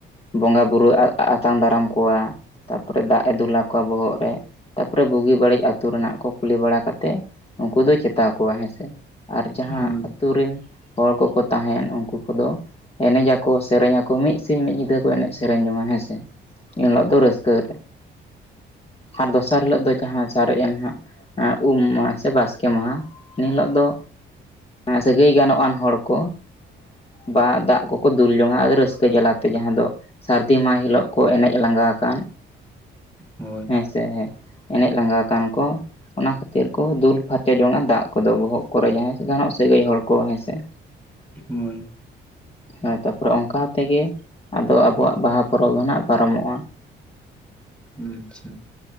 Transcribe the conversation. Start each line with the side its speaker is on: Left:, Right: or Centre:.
Left: ᱵᱚᱸᱜᱟ ᱵᱩᱨᱩ ᱟᱛᱟᱝ ᱫᱟᱨᱟᱢ ᱠᱚᱣᱟ ᱛᱟᱯᱚᱨᱮ ᱫᱟᱜ ᱮ ᱫᱩᱞ ᱟᱠᱚᱣᱟ ᱵᱚᱦᱚᱜ ᱨᱮ ᱛᱟᱯᱚᱨᱮ ᱵᱩᱜᱤ ᱵᱟᱹᱲᱤᱡ ᱟᱹᱛᱩ ᱨᱮᱱᱟᱜ ᱠᱚ ᱠᱩᱞᱤ ᱵᱟᱲᱟ ᱠᱟᱛᱮ ᱩᱱᱠᱩ ᱫᱚ ᱪᱮᱛᱟᱣ ᱠᱚᱣᱟ ᱦᱮᱸᱥᱮ ᱟᱨ ᱡᱟᱦᱟᱸ
Centre: ᱦᱳᱭ
Left: ᱟᱹᱛᱩ ᱨᱮᱱ ᱦᱚᱲ ᱠᱚᱠᱚ ᱛᱟᱦᱮᱸ ᱮᱱ ᱩᱱᱠᱩ ᱠᱚᱫᱚ ᱮᱱᱮᱡ ᱟᱠᱚ ᱥᱮᱨᱮᱧ ᱟᱠᱚ ᱢᱤᱫ ᱥᱤᱧ ᱢᱤᱫ ᱧᱤᱫᱟᱹ ᱠᱚ ᱮᱱᱮᱡ ᱥᱮᱨᱮᱧ ᱡᱚᱝ ᱟ ᱦᱮᱸ ᱥᱮ ᱮᱱ ᱦᱤᱞᱳᱜ ᱫᱚ ᱨᱟᱹᱥᱠᱟᱹ ᱨᱮ ᱾ ᱟᱨ ᱫᱚᱥᱟᱨ ᱦᱤᱞᱳᱜ ᱫᱚ ᱡᱟᱦᱟᱸ ᱥᱟᱨᱮᱡ ᱮᱱ ᱦᱟᱜ ᱩᱢ ᱢᱟᱦᱟ ᱥᱮ ᱵᱟᱥᱠᱮ ᱢᱟᱦᱟ ᱾ ᱮᱱ ᱦᱤᱞᱳᱜ ᱫᱚ ᱥᱟᱹᱜᱟᱹᱭ ᱜᱟᱱᱚᱜ ᱟᱱ ᱦᱚᱲ ᱠᱚ ᱵᱟᱦᱟ ᱫᱟᱜ ᱠᱚᱠᱚ ᱫᱩᱞ ᱡᱚᱝ ᱟ ᱟᱫᱚ ᱨᱟᱹᱥᱠᱟᱹ ᱡᱟᱞᱟᱛᱮ ᱡᱟᱦᱟᱸ ᱫᱚ ᱥᱟᱹᱨᱫᱤ ᱢᱟᱦᱟ ᱦᱤᱞᱳᱜ ᱠᱚ ᱮᱱᱮᱡ ᱞᱟᱸᱜᱟ ᱟᱠᱟᱱ
Centre: ᱦᱳᱭ
Left: ᱦᱮᱸᱥᱮ ᱦᱮᱸ ᱮᱱᱮᱡ ᱞᱟᱸᱜᱟ ᱟᱠᱟᱱ ᱠᱚ ᱚᱱᱟ ᱠᱷᱟᱹᱛᱤᱨ ᱠᱚ ᱫᱩᱞ ᱯᱷᱟᱨᱪᱟ ᱡᱚᱝᱼᱟ ᱫᱟᱜ ᱠᱚᱫᱚ ᱵᱚᱦᱚᱜ ᱠᱚᱨᱮ ᱡᱟᱦᱟᱸ ᱥᱮ ᱡᱟᱦᱟᱱᱟᱜ ᱥᱟᱹᱜᱟᱹᱭ ᱦᱚᱲ ᱠᱚ ᱦᱮᱸᱥᱮ
Centre: ᱦᱳᱭ
Left: ᱦᱮ ᱛᱟᱯᱚᱨᱮ ᱚᱱᱠᱟ ᱛᱮᱜᱮ ᱟᱫᱚ ᱟᱵᱚᱣᱟᱜ ᱵᱟᱦᱟ ᱯᱚᱨᱚᱵᱽ ᱫᱚ ᱱᱟᱦᱟᱜ ᱯᱟᱨᱚᱢᱚᱜᱼᱟ ᱾
Centre: ᱟᱪᱪᱷᱟ